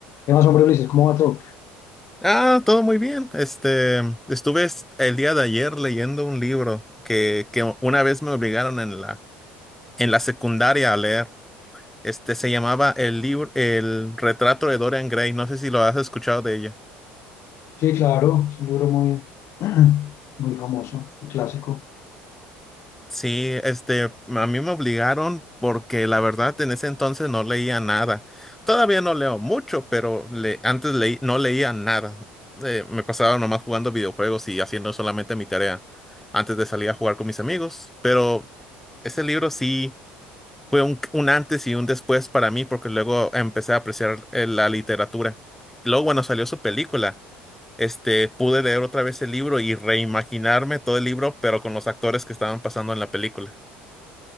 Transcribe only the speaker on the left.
¿Qué más, hombre, Ulises? ¿Cómo va todo?
Sí, claro, es un libro muy, <clears throat> muy famoso, un clásico.